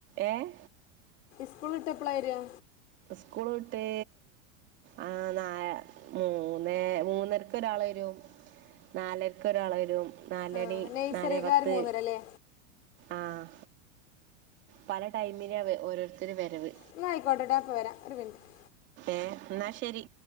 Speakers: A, on the right; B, on the left.
A: ഏഹ്
B: സ്കൂളിട്ട് എപ്പളാ വെരാ
A: സ്കൂള് വിട്ട് ആ നാ മൂന്നേ മൂന്നരക്ക് ഒരാൾ വരും നാലരക്കൊരാള് വരും നാലണി
B: ആ നഴ്സറിക്കാർ
A: നാലേ പത്ത്
B: മൂന്നര അല്ലേ
A: ആഹ പല ടൈമിലാ അവ ഓരോരുത്തര് വരവ്
B: എന്നാ ആയിക്കോട്ടെ ട്ടാ, അപ്പൊ വരാം ഒരു മിനിറ്റ്
A: ഏഹ് ഇന്നാ ശരി